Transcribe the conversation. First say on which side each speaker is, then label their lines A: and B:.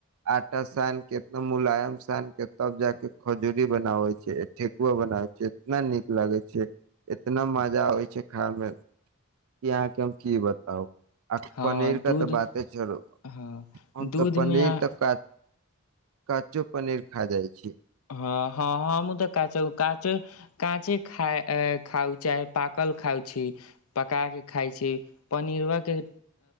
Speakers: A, on the right; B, on the left.
A: आटा सान के ना मुलायम सान के तब ज के खजूरी बनावे छै ठेकुआ बनाव छै इतना निक लागै इतना मजा आबै छै खाय मे कि अहाँके हम की बताउ आ
B: हँ
A: पनीर का
B: दूध
A: तऽ बाते चलू
B: हँ
A: हम
B: दूध
A: तऽ पनीर
B: मे हँ
A: तक क कचो पनीर खा जाइ छियै
B: हँ हँ हँ मु तऽ कचौ काचौ काच खा खउ च पाकल खाउ छी पका के खाइ छी पनीरवा के